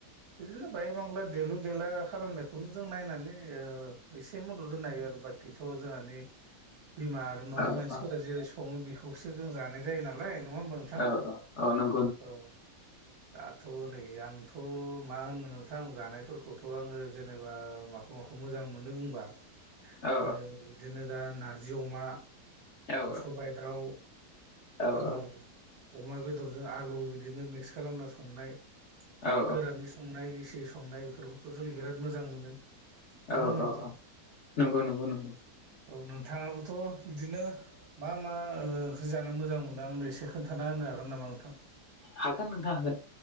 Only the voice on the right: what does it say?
बिदिनो बाय बांला देलु देला खालामनायखौनो जों नायनानै ओ एसे मदद होन नागायो आरो बाखिथ' जोंहानि बिमा आरो न'नि
मानसिफोरा जेरै सङो बेखौसो जों जानाय जायो नालाय नङा होनबा
औ। दाथ' नै आंथ' मा होनो नोंथां जानायफोरखौथ' आङो जेनेबा माखौ खमाखौ मोजां मोननो बुंबा
ओ बिदिनो दा नारजि अमा
सबायाइ दाउ
आरो
अमा बेदरजों आलु बिदिनो मिक्स खालामना संनाय
गोरानानै संनाय इसि संनाय बेफोरखौथ' जों बिराद मोजां मोनो।
होमबा नोंथां
औ नोंथाङाबोथ' बिदिनो मा मा ओंख्रि जानो मोजां मोनदों आंनो एसे खोनथा होनो हागोन नामा नोंथां?